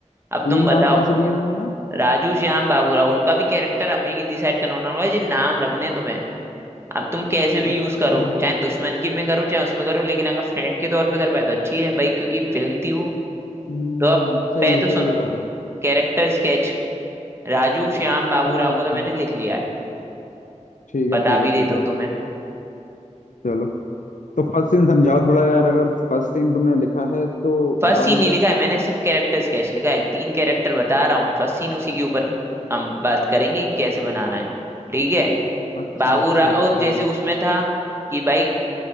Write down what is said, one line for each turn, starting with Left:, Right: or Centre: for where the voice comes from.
Right: अब
Left: तीन
Right: तुम बताओ
Left: नाम कौन से दिए हैं उन्होंने
Right: राजू श्याम बाबूराव उनका भी कैरेक्टर हमें ही डिसाइड करना होना होगा जी नाम रखने हैं तुम्हें अब तुम कैसे भी
Left: अच्छा
Right: यूज करो चाहे दुश्मन की में करो चाहे उसमें करो लेकिन अगर फ्रेंड के तौर पे कर पाए तो अच्छी है भाई क्योंकि फिल्म थी वो
Left: हम्म
Right: तो अब
Left: सही
Right: पै
Left: है
Right: तो
Left: सही
Right: सुनो
Left: बात है
Right: कैरेक्टर स्केच राजू श्याम बाबूराव
Left: हाँ
Right: को तो मैंने
Left: हाँ
Right: लिख लिया है
Left: ठीक
Right: बता
Left: है ठीक
Right: भी
Left: है
Right: देता
Left: ठीक है
Right: हूँ तुम्हें
Left: चलो तो फर्स्ट सीन समझाओ थोड़ा यार अगर फर्स्ट सीन तुमने लिखा है तो
Right: फर्स्ट
Left: बताओ
Right: सीन
Left: मुझे
Right: नहीं लिखा है मैंने सिर्फ कैरेक्टर स्केच लिखा है तीन कैरेक्टर बता रहा हूँ फर्स्ट सीन उसी के ऊपर हम बात करेंगे कि कैसे बनाना है ठीक है
Left: अच्छा
Right: बाबूराव
Left: अच्छा अच्छा
Right: जैसे उसमें था कि भाई